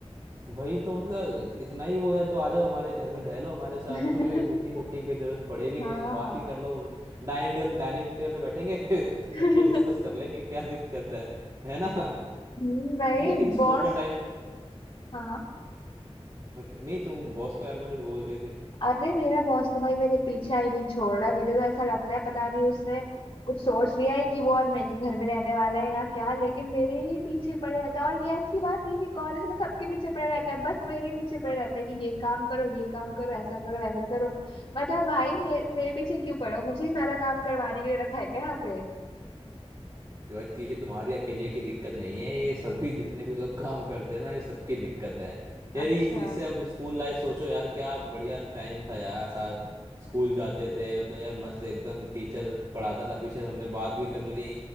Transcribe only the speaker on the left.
<laughs>
हाँ
<laughs>
हम्म
हम्म, भाई
बॉस
हाँ हाँ
अरे मेरा बॉस तो भाई मेरे पीछे ही नहीं छोड़ रहा है मुझे तो ऐसा लगता है पता नहीं उसने कुछ सोच लिया है कि वो और मैं एक ही घर में रहने वाला है या क्या लेकिन मेरे ही पीछे पड़े रहता है और ये ऐसी बात नहीं कि कॉलेज में सबके पीछे पड़े रहता है बस मेरे ही पीछे पड़े रहता है कि ये काम करो ये काम करो ऐसा करो वैसा करो मतलब भाई मेरे मेरे पीछे क्यों पड़े हो मुझे ही सारा काम करवाने के लिए रखा है क्या यहाँ पे
अच्छा